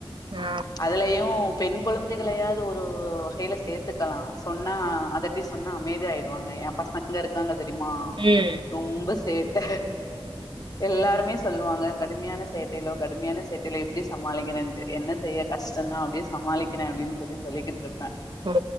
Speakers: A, on the right; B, on the left.
A: அ
B: அதுலயு பெண் குழந்தைகளையாவது ஒரு வகையில சேத்துக்கலா சொன்னா அத எப்டி சொன்னா அமைதியாயிடுவாங்க எ பசங்க இருக்காங்க தெரிமா
A: ம்
B: ரொம்ப சேட்ட எல்லாருமே சொல்லுவாங்க கடுமையான சேட்டயிலோ கடுமையான சேட்டயிலோ எப்டி சமாளிக்கிறேன்ட்டு என்ன செய்ய கஷ்டந்தா அப்டியே சமாளிக்கிறே அப்டின்னு சொல்லி சொல்லிட்டு இருப்பே
A: ஓ